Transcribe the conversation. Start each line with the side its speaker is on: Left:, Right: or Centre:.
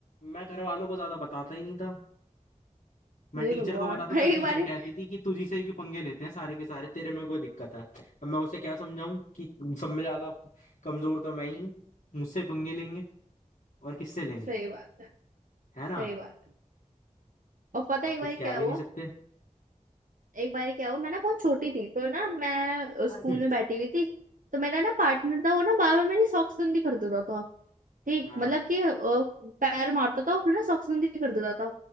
Left: मैं घर वालों को ज्यादा बताता ही नहीं था मैं
Right: हे
Left: टीचर
Right: भगवान
Left: को बताता
Right: <laughs>
Left: था
Right: एक
Left: टीचर
Right: बारी
Left: कहती थी कि तुझी से ही क्यों पंगे लेते हैं सारे के सारे तेरे में कोई दिक्कत है अब मैं उसे क्या समझाऊं कि सब में ज्यादा कमजोर तो मैं ही हूँ मुझसे पंगे लेंगे और किससे लेंगे
Right: सही बात है
Left: है ना
Right: सही बात है और पता
Left: अब
Right: है एक
Left: कुछ
Right: बारी
Left: कह
Right: क्या
Left: भी
Right: हुआ
Left: नहीं सकते
Right: एक बार क्या हुआ मैं ना बहुत छोटी थी तो ना मैं
Left: <laughs>
Right: स्कूल में बैठी हुई थी तो मेरा ना पार्टनर था वो ना बार बार मेरी सॉक्स गंदी कर देता था ठीक
Left: हाँ
Right: मतलब कि अ, पैर मारता था और फिर ना सॉक्स गंदी कर देता था